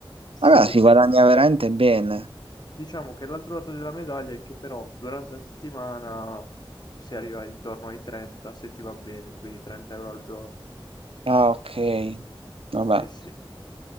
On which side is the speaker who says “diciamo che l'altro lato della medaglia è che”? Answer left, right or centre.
Left